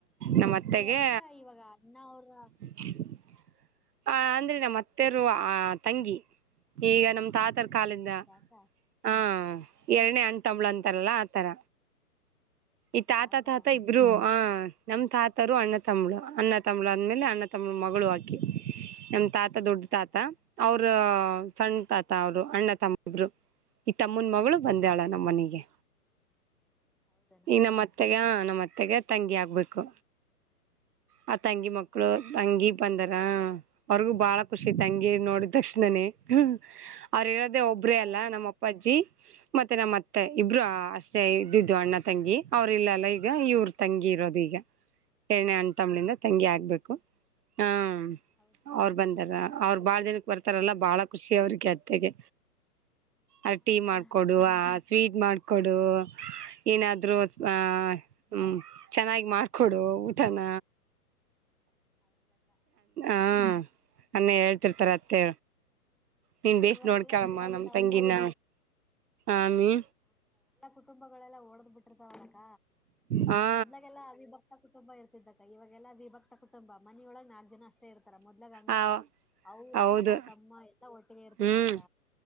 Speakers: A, on the right; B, in the centre.
A: ನಮ್ಮತ್ತೆಗೆ
B: ಅತ್ತೆ ಅಂದ್ರ ಇವಾಗ ಅಣ್ಣ ಅವ್ರ
A: <unintelligible> ಆ ಅಂದ್ರೆ ನಮ್ಮ್ ಅತ್ತೆರು ಆ ತಂಗಿ ಈಗ ನಮ್ ತಾತರ್ ಕಾಲಿಂದ
B: ಹೌದಾಕ
A: ಹಾ
B: ಹಾ ಹಾ
A: ಎರಡನೇ ಅಂಟ ತಮಳ ಅಂತಾರಲ್ಲ ಆ ತರ
B: ಹಂಗಾಕ
A: ಈ ತಾತ ತಾತ ಇಬ್ರು ನಮ್ಮ ತಾತರು ಅಣ್ಣ ತಂಬಳು ಅಣ್ಣ ತಂಬಳ ಅ ಆದಮೇಲೆ ಅಣ್ಣ ತಂಬಳ ಮಗಳು ಆಕಿ ನಮ್ ತಾತ ದೊಡ್ಡ
B: ಹೌದಾಕ
A: ತಾತ ಅವ್ರ ಸಣ್ಣ ತಾತ ಅವರು ಅಣ್ಣ ತಮ್ಮ ಇಬ್ರು ಈಗ ತಮ್ಮನ್ ಮಗಳು ಬಂದಾಳ ನಮ್ಮ ಮನೆಗೆ
B: ಹೌದನಕ
A: ಈ ನಮ್ಮತ್ತೆಗ ನಮ್ಮತ್ತೆ ಮತ್ತೆಗೆ ತಂಗಿ ಆಗ್ಬೇಕು ಆ ತಂಗಿ
B: ಓಹೋ
A: ಮಕ್ಕಳು
B: ಹೌದಾ
A: ತಂಗಿ ಬಂದರ ಅವ್ರಿಗೂ ಬಾಳ ಖುಷಿ ತಂಗಿ ನೋಡಿದ ತಕ್ಷಣನೇ ಅವ್ರು ಇರೋದು
B: ಹಾ
A: ಒಬ್ಬ್ರೇ
B: ಅಕ್ಕ
A: ಅಲ್ಲ
B: ಹೌದು
A: ನಮ್ಮಪ್ಪ ನಮ್ ಅಪ್ಪಾಜಿ ಮತ್ತೆ ನಮ್ಮತ್ತೆ
B: ಹಾ
A: ಇಬ್ರು
B: ಅಕ್ಕ
A: ಅಷ್ಟೇ ಇದ್ದಿದ್ದು ಅಣ್ಣ ತಂಗಿ ಅವ್ರ ಇಲ್ಲ ಅಲ್ಲ ಈಗ ಇವ್ರ ತಂಗಿ ಇರೋದು ಈಗ ಎರಡನೆ ಅಣ್ ತಂಬ್ಳಿಂದ ತಂಗಿ ಆಗ್ಬೇಕು ಹ್ಮ್ಮ್ಮ್
B: ಹೌದ್
A: ಅವ್ರು ಬಂದಾರ ಅವ್ರು ಬಾಳ ದಿನಕ್ಕೆ ಬರ್ತಾರಲ್ಲ ಬಾಳ ಖುಷಿ ಅವ್ರಿಗೆ ಅತ್ತೆಗೆ
B: ಹಾ
A: ಆ ಟೀ
B: ಅಕ್ಕ
A: ಮಾಡ್ಕೊಡು ಆ ಸ್ವೀಟ್ ಮಾಡ್ಕೊಡು ಏನಾದ್ರೂ ಆ ಹ್ಮ ಚೆನ್ನಾಗಿ ಮಾಡ್ಕೊಡು ಊಟನ
B: ಹೌದಕ್ಕ
A: ಹ್ಮ ಅನ್ನೆ ಹೇಳ್ತಿರ್ತಾರ ಅತ್ತೆೇ ನೀನ್ ಬೇಸ್
B: ಇವಾಗೆಲ್ಲಾ
A: ನೋಡ್ಕಳಮ್ಮ
B: ಹೆಂಗಾಗ್ಬಿಟ್ಟಾವ
A: ನಮ್ ತಂಗಿನ ಆಮಿ
B: ಹ ಎಲ್ಲಾ ಕುಟುಂಬಗಳೆಲ್ಲಾ ಓಡದ್ ಬಿಟ್ಟಿರ್ತಾವ ಅನಕ
A: ಹಾ
B: ಮೊದ್ಲಗೆಲ್ಲಾ ಅವಿಭಕ್. ಕುಟುಂಬ ಇರ್ತಿದ್ದಾಗ ಇವಾಗಲ್ಲ ವಿಭಕ್ತ ಕುಟುಂಬ ಮನಿಯ ಒಳ ನಾಲ್ಕ್ ಜನ ಅಷ್ಟೆ ಷ್ಟ ಇರ್ತಾರ ಮೊದ್ಲಾಗ ಹಂಗಲ್ಲ
A: ಆ
B: ಅವ್ರ
A: ಹೌದು
B: ಅಣ್ಣ ತಮ್ಮ ಎಲ್ಲಾ ಒಟ್ಟಿಗೆ ಇರ್ತಿದ್ರಕ್ಕ
A: ಹ್ಮ್